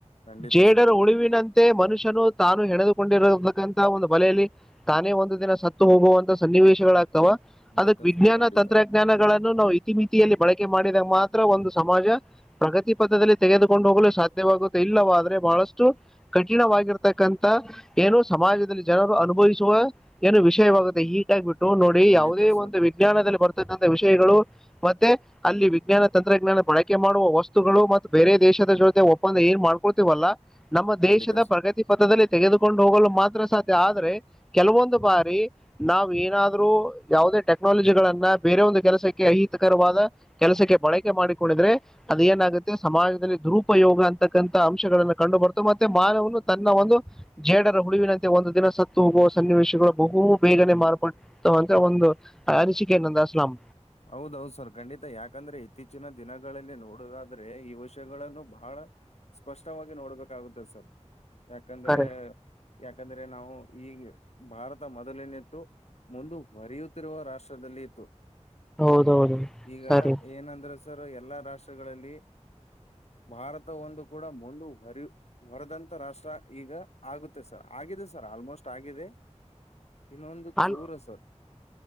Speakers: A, on the left; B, in the centre.
A: ಖಂಡಿತ
B: ಜೇಡರ್
A: ಸರ್ ಖಂಡಿತ
B: ಉಳಿವಿನಂತೆ ಮನುಷ್ಯನು ತಾನು ಹೆಣೆದುಕೊಂಡಿರತಕ್ಕಂತಹ ಒಂದು ಬಲೆಯಲ್ಲಿ ತಾನೇ ಒಂದು ದಿನ ಸತ್ತು ಹೋಗುವಂತ ಸನ್ನಿವೇಶಗಳ ಅಥವಾ
A: ಖಂಡಿತ
B: ಅದಕ್ ವಿಜ್ಞಾನ
A: ಸರ್ ಖಂಡಿತ
B: ತಂತ್ರಜ್ಞಾನಗಳನ್ನು ನಾವು ಇತಿಮಿತಿ ಬಳಕೆ ಮಾಡಿದಾಗ ಮಾತ್ರ ಒಂದು ಸಮಾಜ ಪ್ರಗತಿ ಪಥದಲ್ಲಿ ತೆಗೆದುಕೊಂಡು ಹೋಗಲು ಸಾಧ್ಯವಾಗುತ್ತ ಇಲ್ಲವಾದ್ರೆ ಬಹಳಷ್ಟು ಕಠಿಣವಾಗಿರ್ತಕ್ಕಂತ ಏನು ಸಮಾಜದಲ್ಲಿ ಜನರು ಅನುಭವಿಸುವ ಏನು ವಿಷಯವಾಗುತ್ತೆ ಹೀಗಾಗಿ ಬಿಟ್ಟು ನೋಡಿ
A: ಖಂಡಿತ
B: ಯಾವುದೇ
A: ಸರ್
B: ಒಂದು ವಿಜ್ಞಾನದಲ್ಲಿ ಬರ್ತಕ್ಕಂತಥ ವಿಷಯಗಳು ಮತ್ತೆ ಅಲ್ಲಿ ವಿಜ್ಞಾನ ತಂತ್ರಜ್ಞಾನ ಬಳಕೆ ಮಾಡುವ ವಸ್ತುಗಳು ಮತ್ತು ಬೇರೆ ದೇಶದ ಜೊತೆ ಒಪ್ಪಂದ ಏನು ಮಾಡ್ಕೊಳ್ತೀವಲ್ಲ ನಮ್ಮ
A: ಖಂಡಿತ
B: ದೇಶದ
A: ಸರ್
B: ಪ್ರಗತಿ ಪಥದಲ್ಲಿ ತೆಗೆದುಕೊಂಡು ಹೋಗಲು ಮಾತ್ರ ಸಾಧ್ಯ ಆದ್ರೆ ಕೆಲವೊಂದು ಬಾರಿ ನಾವವು ಏನಾದ್ರೂ ಯಾವುದೇ ಟೆಕ್ನಾಲಜಿಗಳನ್ನ ಬೇರೆ ಒಂದು ಕೆಲಸಕ್ಕೆ ಅಹಿತಕರವಾದ ಕೆಲಸಕ್ಕೆ ಬಳಕೆ ಮಾಡಿಕೊಂಡಿದ್ರೆ ಅದ ಏನಾಗುತ್ತೆ ಸಮಾಜದಲ್ಲಿ ದುರುಪಯೋಗ ಅಂತ ತಕ್ಕಂತಥ ಅಂಶಗಳನ್ನ ಕಂಡು ಬರ್ತವೆ ಮತ್ತೆ ಮಾನವನು ತನ್ನ ಒಂದು ಜೇಡರ ಹುಳಿವಿನಂತೆ ಒಂದು ದಿನ ಸತ್ತು ಹೋಗುವ ಸನ್ನಿವೇಶಗಳು ಬಹು ಬೇಗನೆ ಮಾರ್ಪಡ್ತ ಅಂತ ಒಂದು ಅನಿಸಿಕೆ ನಂದ ಅಸ್ಲಾಂ
A: ಹೌದೌದು ಸರ್ ಖಂಡಿತ ಯಾಕಂದ್ರೆ ಇತ್ತೀಚಿನ ದಿನಗಳಲ್ಲಿ ನೋಡುದಾದ್ರೆ ಈ ವಿಷಯಗಳನ್ನು ಬಹಳ ಸ್ಪಷ್ಟವಾಗಿ ನೋಡ್ಬೇಕಾಗುತ್ತದೆ ಸರ್ ಯಾಕಂದ್ರೆ
B: ಕರೆ
A: ಯಾಕಂದ್ರೆ ನಾವು ಈಗ ಭಾರತ ಮೊದಲೇನಿತ್ತು ಮುಂದಹರಿಯುತ್ತಿರುವ ರಾಷ್ಟ್ರದಲ್ಲಿ ಇತ್ತು
B: ಹೌದೌದು
A: ಈಗ
B: ಸರಿ
A: ಏನಂದ್ರೆ ಸರ್ ಎಲ್ಲಾ ರಾಷ್ಟ್ರಗಳಲ್ಲಿ ಭಾರತ ಒಂದು ಕೂಡ ಮುಂದು ಹೊರಿ ಹೊರದಂತ ರಾಷ್ಟ್ರ ಈಗ ಆಗುತ್ತೆ ಸರ್ ಆಗಿದೆ ಸರ್ ಆಲ್ಮೋಸ್ಟ್ ಆಗಿದೆ ಇನ್ನೊಂದು ಚೂರ
B: ಅಲ್ಲ
A: ಸರ್